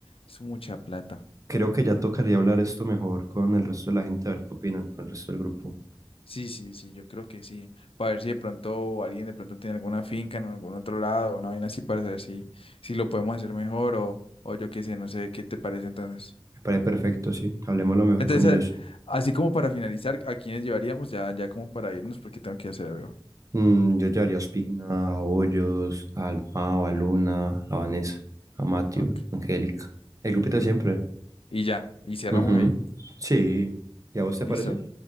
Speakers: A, on the left; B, on the right.
A: es mucha plata.
B: Creo que ya tocaría hablar esto mejor con el resto de la gente, a ver qué opinan, con el resto del grupo.
A: Sí, sí, sí, yo creo que sí. Para ver si de pronto alguien de pronto tiene alguna finca en algún otro lado, una vaina así para ver si, si lo podemos hacer mejor o, o yo qué sé, no sé qué te parece entonces.
B: Me parece perfecto, sí. Hablemos lo mejor
A: Entonces,
B: con ellos.
A: a- así como para finalizar, ¿a quiénes llevaríamos? Ya, ya como para irnos porque tengo que hacer algo.
B: Mm, yo llevaría a Ospina, a Hoyos, a Almao, a Luna, a Vanessa, a Matthew,
A: Ok.
B: a Angélica. El grupito de siempre.
A: Y ya, y cerramos
B: Ujú.
A: ahí.
B: Sí. ¿Y a vos
A: Listo.
B: te parece?